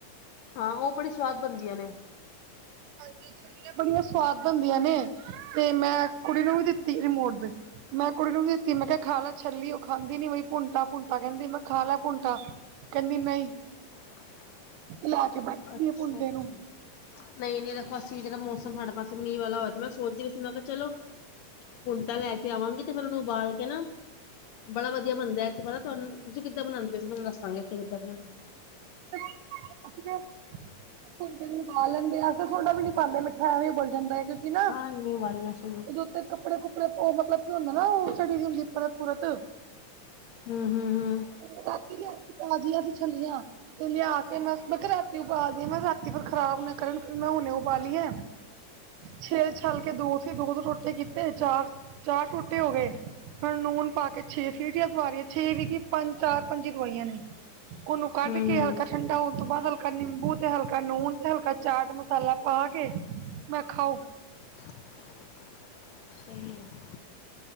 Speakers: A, on the left; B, on the right.
A: ਹਾਂ ਉਹ ਬੜੀ ਸਵਾਦ ਬਣਦੀਆਂ ਨੇ
B: ਹਾਂਜੀ ਛੱਲੀਆਂ ਬੜੀਆਂ ਸਵਾਦ ਹੁੰਦੀਆਂ ਨੇ ਤੇ ਮੈਂ ਕੁੜੀ ਨੂੰ ਵੀ ਦਿੱਤੀ ਰਿਮੋਟ ਦੇ ਮੈਂ ਕੁੜੀ ਨੂੰ ਵੀ ਦਿੱਤੀ ਮੈਂ ਕਿਹਾ ਖਾ ਲੈ ਛੱਲੀ ਉਹ ਖਾਂਦੀ ਨੀ ਬਈ ਭੁੰਟਾ ਭੁੰਟਾ ਕਹਿੰਦੀ ਮੈਂ ਖਾ ਲੈ ਭੁੰਟਾ ਕਹਿੰਦੀ ਨਹੀਂ
A: <unintelligible>
B: ਲਾ ਕੇ ਬੈਠੇ
A: ਅੱਛਾ
B: ਦੀ ਹੈ ਪੁੰਡੇ
A: ਅੱਛਾ
B: ਨੂੰ
A: ਨਹੀਂ, ਨਹੀਂ ਦੇਖੋ ਅਸੀਂ ਜਿਹੜਾ ਮੌਸਮ ਸਾਡੇ ਪਾਸੇ ਮੀਂਹ ਵਾਲਾ ਹੋ ਤੇ ਮੈਂ ਸੋਚਦੀ ਵੀ ਸੀ ਮੈਂ ਕਿਹਾ ਚਲੋ ਹੁਣ ਤਾ ਲੈ ਕੇ ਆਵਾਂਗੇ ਤੇ ਫਿਰ ਉਹਨੂੰ ਉਬਾਲ ਕੇ ਨਾ ਬੜਾ ਵਧੀਆ ਬਣਦਾ ਹੈ ਪਤਾ ਤੁਹਾਨੂੰ ਤੁਸੀਂ ਕਿੱਦਾਂ ਬਣਾਉਦੇ ਹੋ ਤਾਨੂੰ ਦੱਸਾਂਗੇ ਅਸੀਂ ਕਿੱਦਾਂ ਬਣਾਉਦੇ ਹਾ।
B: ਅ <unintelligible> ਉੰਜ ਈ ਉਬਾਲ ਲੈਂਦੇ ਆ ਤੇ ਸੋਢਾ ਵੀ ਨੀ ਪਾਉਂਦੇ ਮਿੱਠਾ ਐਵੇਂ ਉਬਲ ਜਾਂਦਾ ਹੈ ਕਿਉਂਕਿ ਨਾ
A: ਹਾਂ ਜੀ ਉਬਾਲਿਆ ਸੀ।
B: ਜੇ ਉੱਤੇ ਕੱਪੜੇ ਕੁੱਪੜੇ ਉਹ ਮਤਲਬ ਕੀ ਹੁੰਦਾ ਨਾ ਉਹ ਸੜੀ ਦੀ ਹੁੰਦੀ ਪਰਤ ਪੁਰਤ ਅ
A: ਹਮ, ਹਮ, ਹਮ।
B: ਮਤਲਬ ਛੱਲੀਆਂ। ਲਿਆ ਕੇ ਮੈਂ ਮੈਂ ਕਿਹਾ ਰਾਤੀ ਉਬਾਲ ਦੇਵਾ ਰਾਤੀ ਫਿਰ ਖਰਾਬ ਨਾ ਕਰਨ ਫਿਰ ਮੈਂ ਹੁਣੇੇ ਉਬਾਲੀ ਹੈ। ਛੇਲ ਛਲ ਕੇ ਦੋ ਸੀ ਦੋ ਦੋ ਟੋਟੇ ਕੀਤੇ ਚਾਰ ਚਾਰ ਟੋਟੇ ਹੋ ਗਏ ਹੁਣ ਲੂਨ ਪਾ ਕੇ ਛੇ ਸੀਟੀਆਂ ਦਵਾ ਲਿਆ ਛੇ ਵੀ ਕੀ ਪੰਜ ਚਾਰ ਪੰਜ ਦਵਾਈਆਂ ਨੇ ਉਹਨੂੰ ਕੱਢ
A: ਹਮ
B: ਕੇ ਹਲਕਾ ਕਰ ਠੰਡਾ ਹੋਣ ਤੋਂ ਬਾਅਦ ਹਲਕਾ ਨਿੰਬੂ ਤੇ ਹਲਕਾ ਲੂਣ ਤੇ ਹਲਕਾ ਚਾਟ ਮਸਾਲਾ ਪਾ ਕੇ ਮੈਂ ਖਾਓ
A: <inaudible> ਸਹੀ ਹੈ।